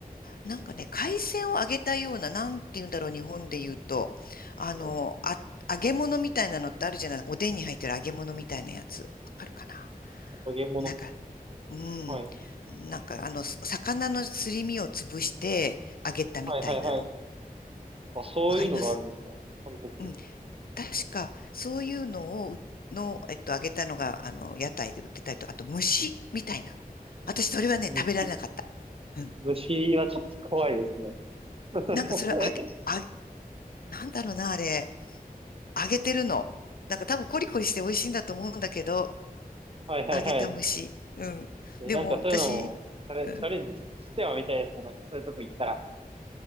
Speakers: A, on the left; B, on the right.
A: なんかね、海鮮を揚げたような、なんて言うんだろう、日本で言うと。あの、
B: おー
A: あ、揚げ物みたいなのってあるじゃない。おでんに入ってる揚げ物みたいなやつ。わかるかな
B: 揚げ物。
A: なんか、うん。
B: はい。
A: なんか、あの、す魚のすり身を潰して揚げたみたいなの。
B: はいはいはい。あ、そういうのがあるんですか韓国。
A: わかりますうん。確か、そういうのをう、の、えっと、揚げたのが、あの、屋台で売ってたりと、あと、蒸しみたいな。私、それはね、
B: む、
A: 食べられなかった。うん
B: 虫はちょっと怖いですね。<laughs>
A: なんかそれあげ、あげ、なんだろうな、あれ。揚げてるの。なんか多分コリコリして美味しいんだと思うんだけど、
B: はいはいはい。
A: 揚げた蒸し。うん。
B: え、
A: でも私、
B: なんかそういうのも、チャレ、
A: うん。
B: チャレンジししてはみたいですね。なんかそういうとこ行ったら。